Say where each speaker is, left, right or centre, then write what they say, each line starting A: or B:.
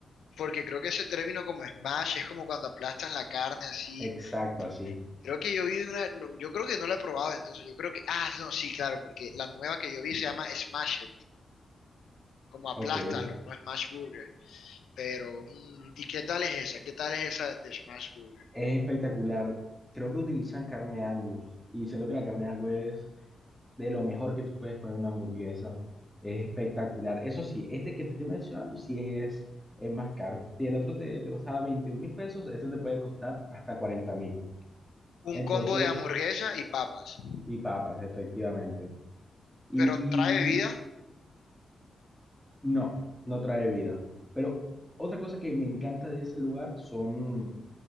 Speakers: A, on the left; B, in the centre.
A: porque creo que ese término como smash es como cuando aplastan la carne así,
B: Exacto, así.
A: Creo que yo vi de una, no, yo creo que no la he probado entonces, yo creo que, ah, no, sí, claro, porque la nueva que yo vi se llama Smash It, como aplástalo,
B: Ok.
A: no Smash Burger, pero, mm, ¿y qué tal es esa? ¿Qué tal es esa de Smash Burger?
B: Es espectacular. Creo que utilizan carne Angus y siento que la carne Angus es de lo mejor que tú puedes poner en una hamburguesa. Es espectacular. Eso sí, este que te estoy mencionando sí es, es más caro. Si el otro te, te costaba veintiún mil pesos, este te puede costar hasta cuarenta mil.
A: Un
B: Entonces,
A: combo de hamburguesa y papas,
B: y papas, efectivamente. Y,
A: pero trae bebida,
B: y no, no trae vida. Pero otra cosa que me encanta de ese lugar son